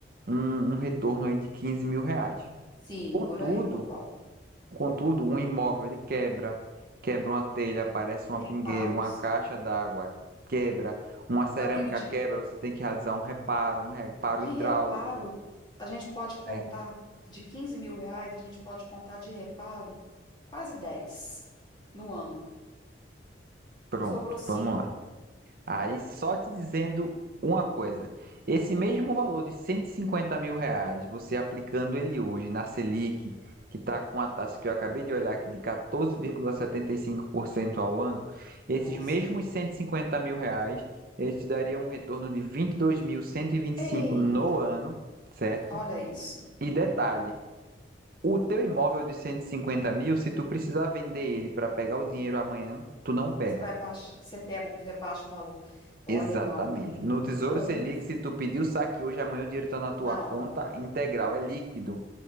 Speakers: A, on the right; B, on the left.
A: um, um retorno aí de 15 mil reais.
B: Sim,
A: Contudo,
B: por aí, por volta.
A: Contudo, um imóvel ele quebra, quebra uma telha, aparece uma
B: Reparos.
A: pingueira, uma caixa d'água quebra, uma cerâmica
B: Meu amigo, de,
A: quebra, você tem que realizar um reparo, um reparo
B: de
A: hidráulico,
B: reparo, a gente pode contar
A: né?
B: de 15 mil reais, a gente pode contar de reparo quase 10 no ano.
A: Pronto,
B: Sobrou cinco.
A: vamos lá. Aí só te dizendo uma coisa: esse mesmo valor de 150 mil reais, você aplicando ele hoje na Selic, que está com a taxa que eu acabei de olhar aqui de 14,75% ao ano, esses
B: Nossa.
A: mesmos 150 mil reais, eles te dariam um retorno de 22.125
B: Eita,
A: no ano, certo?
B: olha isso.
A: E detalhe, o teu imóvel de 150 mil, se tu precisar vender ele para pegar o dinheiro amanhã, tu não pega.
B: Você vai baixar, você pega, o- você baixa o valor. Olha,
A: Exatamente.
B: meu amigo,
A: No Tesouro
B: como
A: Selic, se tu pedir o saque hoje, amanhã o dinheiro está na tua
B: na
A: conta
B: hora.
A: integral, é líquido.